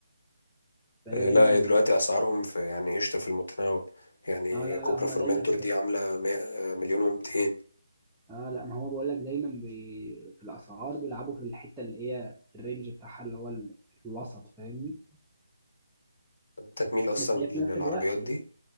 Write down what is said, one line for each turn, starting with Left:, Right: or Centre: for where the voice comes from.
Centre: فهي
Left: آه،
Centre: دايما
Left: لا هي دلوقتي اسعارهم في يعني قشطه في المتناول يعني
Centre: اه لا
Left: كوبرا
Centre: لا هما
Left: فورمنتور
Centre: دايما في
Left: دي
Centre: حته
Left: عامله مية- آه، مليون و200
Centre: اه لا ما هو بقول لك دايما بي... في الاسعار بيلعبوا في الحته اللي هي الرينج بتاعها اللي هو ال- الوسط فاهمني
Left: انت تميل اصلا
Centre: بس هي
Left: للعربيات
Centre: في نفس الوقت
Left: دي